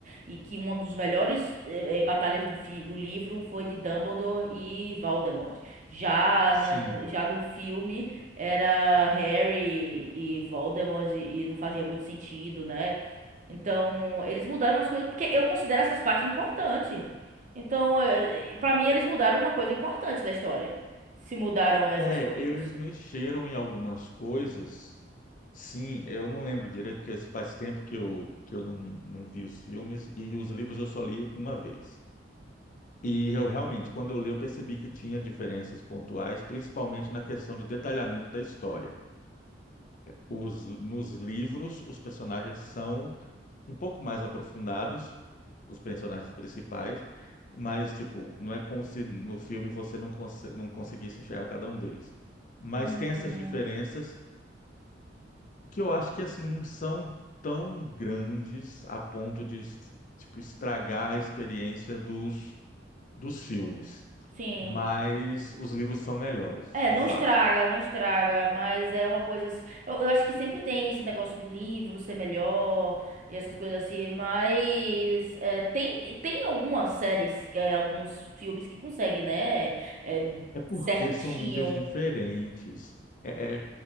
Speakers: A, on the right; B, on the left.
A: e que uma dos melhores eh, eh, batalhas do, fi- do livro foi de Dumbledore e Voldemort. Já,
B: sim.
A: na- já no filme era Harry e Voldemort e não fazia muito sentido, né? Então, eles mudaram as coisas, porque eu considero essas partes importantes. Então, eh, pra mim, eles mudaram uma coisa importante da história. Se mudaram essas
B: É,
A: coisas.
B: eles mexeram em algumas coisas Sim, eu não lembro direito, porque faz tempo que eu, que eu não, não vi os filmes e os livros eu só li uma vez. E eu realmente, quando eu li, eu percebi que tinha diferenças pontuais, principalmente na questão de detalhamento da história. Os, nos livros, os personagens são um pouco mais aprofundados, os personagens principais, mas, tipo, não é como se no filme você não, conse não conseguisse enxergar cada um deles. Mas
A: Hum,
B: tem essas diferenças que eu acho que assim não são tão grandes a ponto de tipo estragar a experiência dos dos filmes,
A: sim.
B: mas os livros são melhores,
A: É,
B: de
A: não
B: fato.
A: estraga, não estraga, mas é uma coisa. ass- Eu, eu acho que sempre tem esse negócio do livro ser melhor e essas coisas assim, mas é, tem, tem algumas séries, é, alguns filmes que conseguem, né? é,
B: É porque
A: certinho.
B: são mídias diferentes. É, é-